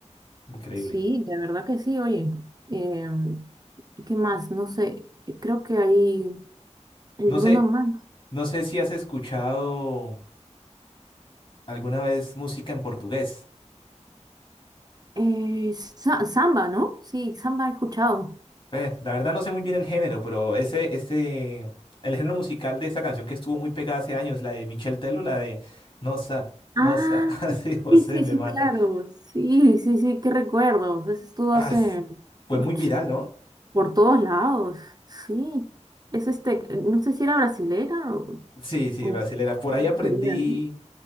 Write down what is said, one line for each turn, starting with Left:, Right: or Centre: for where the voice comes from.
Left: Increíble.
Right: Sí, de verdad que sí, oye. Em, ¿qué más? No sé, eh, creo que hay el
Left: No
Right: Bruno
Left: sé,
Right: Mars.
Left: no sé si has escuchado alguna vez música en portugués.
Right: Eh, Sa- Samba, ¿no? Sí, Samba he escuchado.
Left: Eh, la verdad no sé muy bien el género, pero ese, este, el género musical de esa canción que estuvo muy pegada hace años, la de Michel Tello, la de Nossa,
Right: Ah,
Left: Nossa, <laughs> así José
Right: sí, sí,
Left: me
Right: sí,
Left: mata.
Right: claro. Sí, sí, sí, qué recuerdos. Eso estuvo
Left: Ah,
Right: hace,
Left: fue
Right: uch,
Left: muy viral, ¿no?
Right: por todos lados. Sí. Es este, no sé si era brasilera o,
Left: Sí, sí,
Right: o-
Left: brasilera. Por
Right: brasileña,
Left: ahí aprendí
Right: ¿no?